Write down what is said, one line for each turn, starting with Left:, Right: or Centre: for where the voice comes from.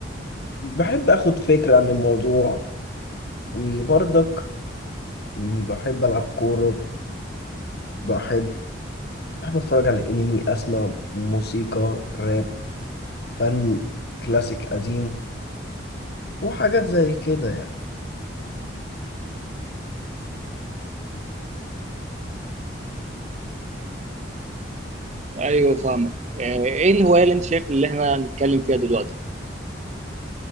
Left: بحب اخد فكره عن الموضوع وبرضك بحب العب كوره بحب بحب اتفرج على انمي اسمع موسيقى راب فن كلاسيك قديم وحاجات زي كده
Right: ايوه فاهمك آه، ايه الهوايه اللي انت شايف اللي احنا هنتكلم فيها دلوقتي